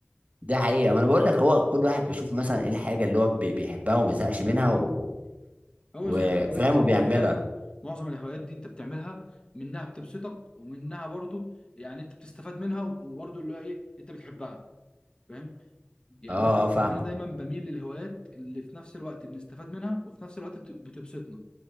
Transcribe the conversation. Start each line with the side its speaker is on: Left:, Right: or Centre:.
Right: دي حقيقه ما انا بقول لك هو كل واحد بيشوف مثلا ايه الحاجه اللي هو بي... بيحبها وما بيزهقش منها
Left: أيوة.
Right: و...
Left: هو
Right: وفاهم
Left: زي ما انت قلت في
Right: وبيعملها
Left: الاول فعلا معظم الهوايات دي انت بتعملها منها بتبسطك ومنها برضه يعني انت بتستفاد منها وبرضه اللي هو ايه انت بتحبها فاهم يعني
Right: اه
Left: انا
Right: اه فاهمك
Left: انا دايما بميل للهوايات اللي في نفس الوقت بنستفاد منها وفي نفس الوقت بت- بتبسطنا